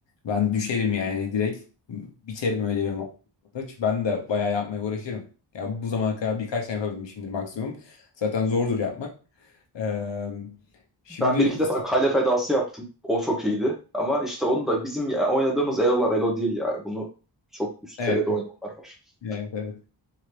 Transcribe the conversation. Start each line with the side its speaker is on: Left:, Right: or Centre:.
Left: Ben düşerim yani direkt biterim öyle bir mat. Çünkü Ben de bayağı yapmaya uğraşırım. Ya bu zamana kadar birkaç tane yapabilmişimdir maksimum. Zaten zordur yapmak. Ee, şimdi
Centre: Ben bir iki defa kale fedası yaptım. O çok iyiydi. Ama işte onu da bizim ya- oynadığımız Elo'lar Elo değil ya. Bunu çok üst
Left: evet
Centre: seviyede oynayanlar var.
Left: evet evet.